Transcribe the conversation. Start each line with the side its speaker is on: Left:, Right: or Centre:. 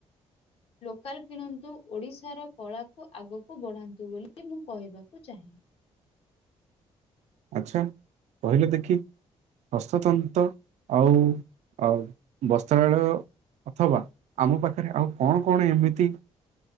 Left: ଲୋକାଲ୍ କିଣନ୍ତୁ। ଓଡିଶାର କଳାକୁ ଆଗକୁ ବଢାନ୍ତୁ ବୋଲି ମୁଁ କହିବାକୁ ଚାହେଁ।
Right: ଆଚ୍ଛା, କହିଲ ଦେଖି ହସ୍ତତନ୍ତ ଆଉ, ଆଉ ବସ୍ତ୍ରାଳୟ ଅଥବା, ଆମ ପାଖରେ ଆଉ କଣ କଣ ଏମିତି?